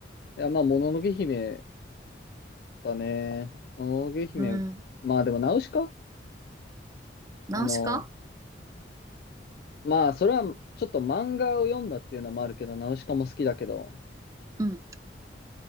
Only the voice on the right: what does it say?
うん。
ナウシカ
うん。